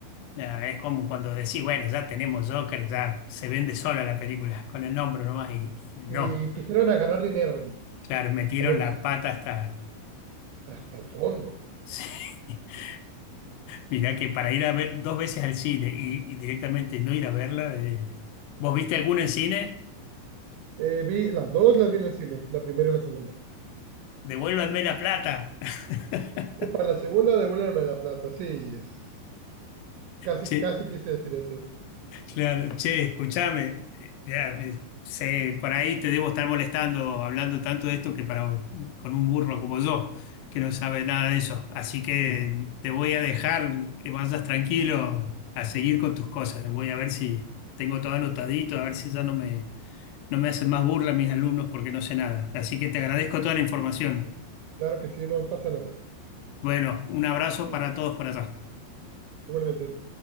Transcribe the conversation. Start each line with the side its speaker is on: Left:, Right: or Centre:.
Left: Ya, es como cuando decís, bueno, ya tenemos Joker, ya se vende sola la película, con el nombre nomás, y, y no.
Right: y quisieron agarrar dinero y
Left: Claro, metieron
Right: valió madre,
Left: la pata hasta.
Right: hasta el fondo.
Left: Sí. <laughs> Mirá que para ir a ver dos veces al cine y, y directamente no ir a verla, eh, ¿vos viste alguna en cine?
Right: Eh, vi las dos, las vi en el cine, la primera y la segunda.
Left: Devuélvanme la plata. <laughs>
Right: Eh, para la segunda, devuélveme la plata, sí, es, casi,
Left: Che,
Right: casi quise decir eso.
Left: claro, che, escúchame. Ya, me- sé, por ahí te debo estar molestando hablando tanto de esto que para con un burro como yo, que no sabe nada de eso. Así que te voy a dejar que vayas tranquilo a seguir con tus cosas. Voy a ver si tengo todo anotadito,
Right: Bueno,
Left: a ver si ya no me No me hacen más burla mis alumnos porque no sé nada. Así que te agradezco toda la información.
Right: claro que sí, no pasa nada.
Left: Bueno, un abrazo
Right: Bueno,
Left: para todos por allá.
Right: igualmente.